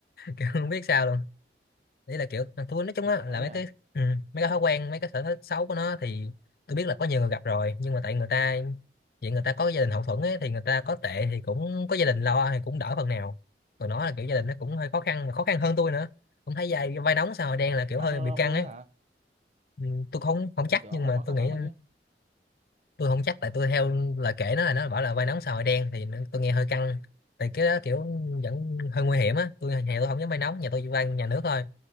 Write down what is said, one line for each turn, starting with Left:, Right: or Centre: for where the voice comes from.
Left: kiểu không biết sao luôn đấy là kiểu mà tôi nói chung
Right: thế thì
Left: á
Right: cũng
Left: là
Right: ấy
Left: mấy
Right: nhỉ
Left: cái ừ, mấy cái thói quen mấy cái sở thích xấu của nó thì tôi biết là có nhiều người gặp rồi nhưng mà tại người ta vậy người ta có gia đình hậu thuẫn ấy thì người ta có tệ thì cũng có gia đình lo thì cũng đỡ phần nào còn nó là kiểu gia đình nó cũng hơi khó khăn mà khó khăn hơn tôi nữa cũng thấy vai vai nóng sao đen là kiểu
Right: khó khăn
Left: hơi
Right: hơn
Left: bị
Right: ông
Left: căng
Right: luôn
Left: ấy
Right: đấy hả
Left: Ừ, tôi không không
Right: tôi
Left: chắc
Right: tưởng
Left: nhưng
Right: ông là
Left: mà
Right: khó khăn
Left: tôi nghĩ
Right: lắm rồi chứ
Left: tôi không chắc tại tôi theo lời kể nó là nó bảo là vai nóng sao hội đen thì nó- tôi nghe hơi căng tại cái đó kiểu vẫn hơi nguy hiểm á tôi nhà tôi không dám vai nóng nhà tôi
Right: ừ.
Left: vai nhà nước thôi